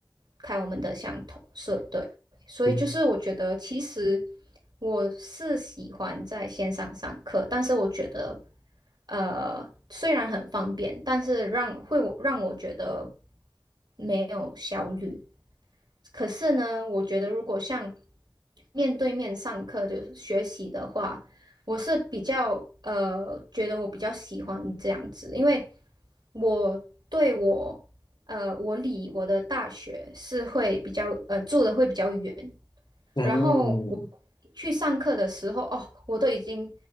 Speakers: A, on the right; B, on the left.
A: 看我们的相同色，对，所以就是我觉得其实
B: 嗯
A: 我是喜欢在线上上课，但是我觉得，呃，虽然很方便，但是让会我让我觉得没有效率，可是呢，我觉得如果像面对面上课的学习的话，我是比较呃，觉得我比较喜欢这样子，因为我对我呃，我离我的大学是会比较呃住的会比较远，
B: 嗯。
A: 然后我
B: 嗯
A: 去上课的时候，哦，我都已经